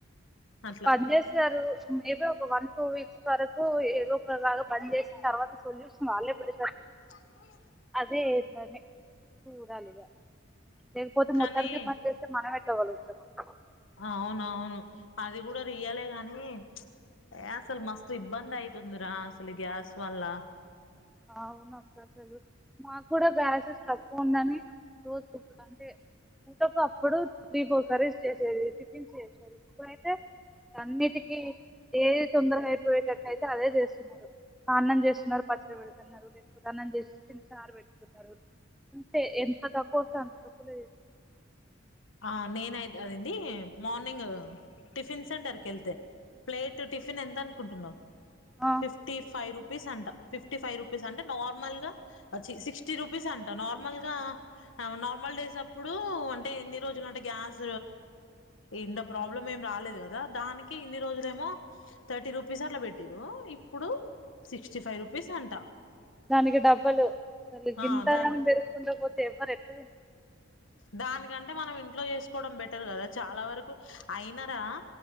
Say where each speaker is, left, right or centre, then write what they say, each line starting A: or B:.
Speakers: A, on the left; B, in the centre.
A: అట్లా
B: పని చేసారు మేబి ఒక వన్ టూ వీక్స్ వరకు ఏదో ఒకలాగా బంద్ చేసి తర్వాత సొల్యూషన్ వాళ్ళే పడి
A: ఒకె
B: అదే ఏంటని చూడాలిగా లేకపోతే
A: కానీ
B: మొత్తానికి పని చేస్తే మనం పగులతాది
A: అవునవును అది కూడా రియలే గాని ఏ అసలు మస్తు ఇబ్బంది అయితుందిరా అసలు గ్యాస్ వల్ల
B: అ అవునుక్క అసలు మాకు కూడా గ్యాస్ తక్కువ ఉందని అంటే పూటకు అప్పుడు త్రీ ఫోర్ కర్రీస్ చేసేది టిఫిన్స్ చేసేది ఇప్పుడైతే అన్నిటికి ఏది తొందరగ అయిపోయేటట్టు అయితే అదే చేస్తున్నారు అన్నం చేస్తున్నారు పచ్చడి పెడి తున్నారు లేకపోతే అన్నం చేసి చిన్న చార్ పెట్టుకున్నారు అంటే ఎంత తక్కువ వస్తే అంత తక్కువలో చే
A: ఆ నేనయి అదేంది మార్నింగ్ టిఫిన్ సెంటర్ క వెళ్తే ప్లేట్ టిఫిన్ ఎంత అనుకుంటున్నావు
B: ఆ
A: ఫిఫ్టీ ఫైవ్ రూ పీస్ అంట ఫిఫ్టీ ఫైవ్ రూపీస్ అంట నార్మల్ గా సిక్స్టీ రూపీస్ అంట నార్మల్ గా నార్మల్ డేస్ అప్పుడు అంటే ఎన్ని న్ని రోజులు అంటే గ్యాస్ ఇంత ప్రాబ్లం ఏం రాలేదు కదా దానికి ఇన్ని రోజులు ఏమో థర్టీ రూపీస్ అట్లా పెట్టిరు ఇప్పుడు సిక్స్టీ ఫైవ్ రూపీస్ అంట
B: దానికి డబలు అసలు
A: ఆ
B: గింతరానా
A: దానికి
B: పెరుక్కుంటూ పోతే ఎవ్వరు ఎట్ల
A: దానికంటే మనం ఇంట్లో చేసుకోవడం బెటర్ కదా చాలా వరకు అయినరా